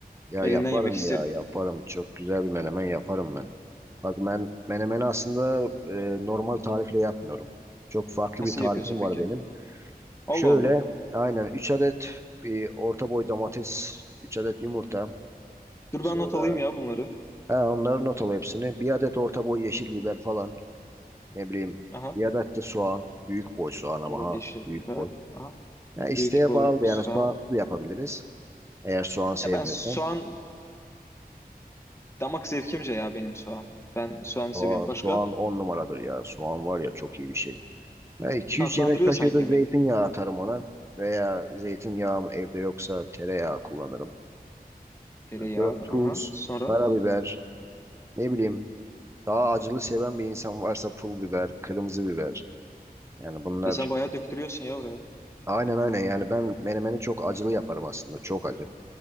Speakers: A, on the right; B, on the left.
A: Ya
B: Elinden
A: yaparım
B: yemek isterim.
A: ya yaparım. Çok güzel bir menemen yaparım ben. Bak ben menemeni aslında e, normal tarifle yapmıyorum. Çok farklı
B: Nasıl
A: bir tarifim
B: yapıyorsun peki?
A: var benim.
B: Allah
A: Şöyle
B: Allah.
A: aynen 3 adet bir orta boy domates, 3 adet yumurta.
B: Dur
A: Sonra
B: ben not alayım ya bunları.
A: ha, onları not al hepsini. Bir adet orta boy yeşil biber falan. Ne bileyim.
B: Aha.
A: Bir adet de soğan. Büyük boy soğan ama
B: Bir adet
A: ha.
B: yeşil
A: Büyük
B: biber.
A: boy.
B: Aha.
A: Ya isteğe
B: Büyük boy
A: bağlı
B: soğan.
A: yani soğan da yapabiliriz. Eğer soğan sevmiyorsan.
B: Ya ben soğan damak zevkimce ya benim soğan. Ben soğan seviyorum.
A: Soğan,
B: Başka?
A: soğan on numaradır ya. Soğan var ya çok iyi bir şey. Ya 200
B: Tatlandırıyor
A: yemek kaşığı
B: sanki
A: da
B: yemeği.
A: zeytinyağı atarım ona. Veya zeytinyağım evde yoksa tereyağı kullanırım.
B: Tereyağı.
A: Yani sonra
B: Aha.
A: tuz,
B: Sonra.
A: karabiber, ne bileyim daha acılı seven bir insan varsa pul biber, kırmızı biber. Yani bunlar
B: E sen bayağı döktürüyorsun ya oraya.
A: aynen aynen yani ben menemeni çok acılı yaparım aslında çok acı.